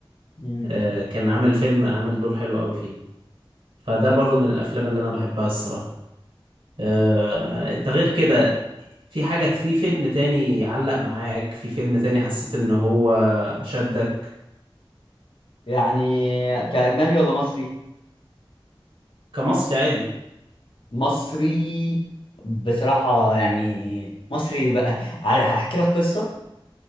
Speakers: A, on the left (about 65°); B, on the right (about 75°).
A: مم.
B: آه كان عامل فيلم عامل دور حلو قوي فيه فده برضو من الافلام اللي انا بحبها الصراحة آه انت غير كده في حاجة في فيلم تاني يعلق معاك في فيلم تاني حسيت ان هو شدك
A: يعني كأجنبي ولا مصري؟
B: كمصري عادي
A: مصري بصراحة يعني مصري بقى ع- هحكي لك قصة